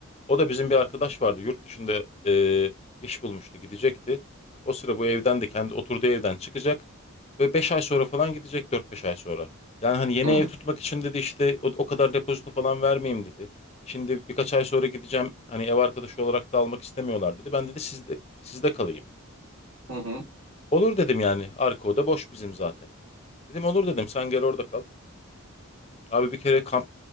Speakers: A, on the left; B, on the right.
A: O da bizim bir arkadaş vardı. Yurt dışında e, iş bulmuştu, gidecekti. O sıra bu evden de kendi oturduğu evden çıkacak. Ve 5 ay sonra falan gidecek, dört beş ay sonra. Yani hani yeni
B: Hı
A: ev tutmak için dedi işte o, o kadar depozito falan vermeyeyim dedi. E Şimdi birkaç ay sonra gideceğim. Hani ev arkadaşı olarak da almak istemiyorlar dedi. Ben dedi sizde, sizde kalayım.
B: hı hı.
A: Olur dedim yani. Arka oda boş bizim zaten. Dedim olur dedim sen gel orada kal. Abi bir kere kamp